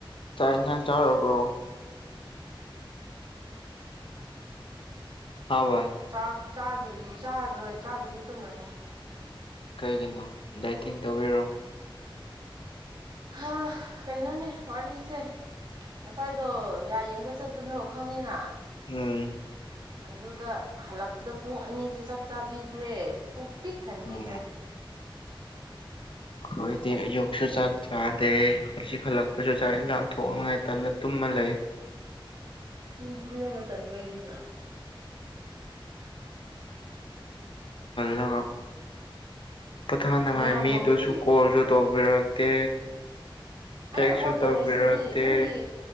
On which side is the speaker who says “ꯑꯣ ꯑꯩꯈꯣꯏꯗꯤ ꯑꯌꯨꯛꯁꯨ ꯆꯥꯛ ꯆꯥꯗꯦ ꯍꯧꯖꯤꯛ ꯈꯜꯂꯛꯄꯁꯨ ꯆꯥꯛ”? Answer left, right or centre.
Left